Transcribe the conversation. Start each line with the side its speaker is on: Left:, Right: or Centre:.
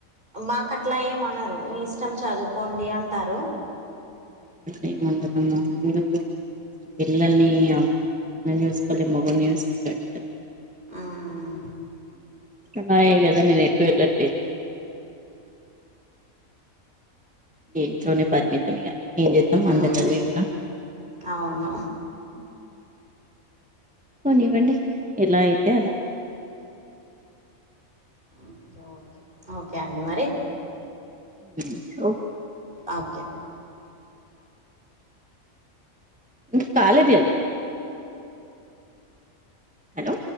Right: మాకు అట్లా ఏమనరు మీ ఇష్టం చదువుకోండి అంటారు.
Centre: ఈ ముందటమ్మ ఎందుకు పిల్లల్ని ఇగ నిన్ను చూసుకోవాలి మొగుని చూసుకోవాలి అంటారు
Right: మ్మ్
Centre: ఊ నాయె గద నేను ఎటు వెలట్లేదు ఈ ఇంట్లోనే పరిమితం ఇక ఏం చేద్దాం అంత
Right: మ్మ్
Centre: చదివి కూడా.
Right: అవును
Centre: పోనివ్వండి ఎలా అయితే అలా
Right: ఓకే ఓకే ఓకే అండి మరి
Centre: ఊ ఓకే
Right: ఓకే
Centre: నువ్ కాలేజ్ కదా హలో